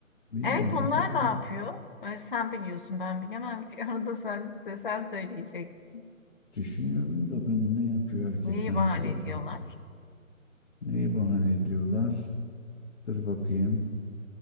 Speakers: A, on the left; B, on the left.
A: bilmiyorum.
B: Evet onlar
A: erkek
B: ne yapıyor? Ee, Sen biliyorsun ben bilemem ki. <laughs> Onu da sen, sen söyleyeceksin.
A: düşünüyorum da ben ne yapıyor erkekler
B: Neyi bahane
A: nasıl bir
B: ediyorlar?
A: bah- neyi bahane ediyorlar? Dur bakayım.